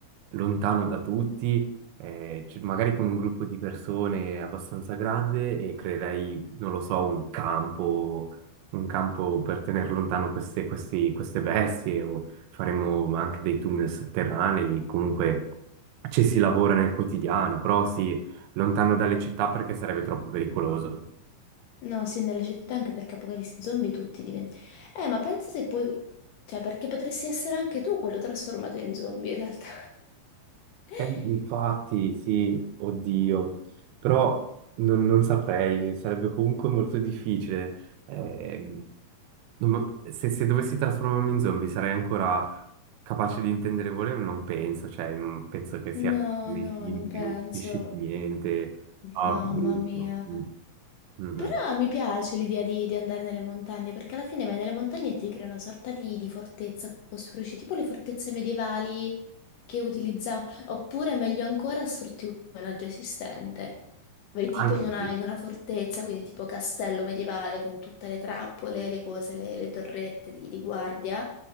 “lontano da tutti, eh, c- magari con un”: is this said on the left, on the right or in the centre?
Right